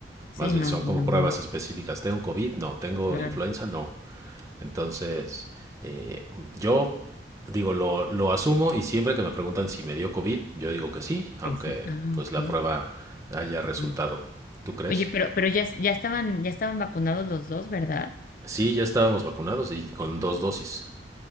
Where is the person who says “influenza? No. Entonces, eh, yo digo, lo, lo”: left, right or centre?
Right